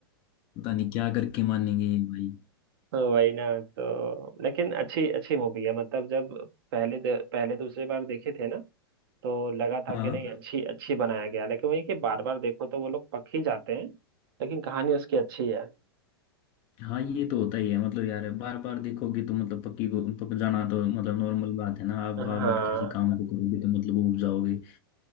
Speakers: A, on the left; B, on the right.
A: पता नहीं क्या करके मानेंगे ये भाई
B: तो वही ना तो लेकिन अच्छी अच्छी मूवी है मतलब जब पहले द- पहले दूसरे बार देखे थे ना तो लगा था
A: हाँ
B: कि नहीं अच्छी अच्छी बनाया गया लेकिन वही कि बार बार देखो तो वो लोग पक ही जाते हैं लेकिन कहानी उसकी अच्छी है
A: हाँ ये तो होता ही है मतलब यार बार बार देखोगे तो मतलब पक्की को पक जाना तो मतलब नॉर्मल बात है ना आप
B: हाँ
A: बार बार किसी काम को करोगे तो मतलब वो उब जाओगे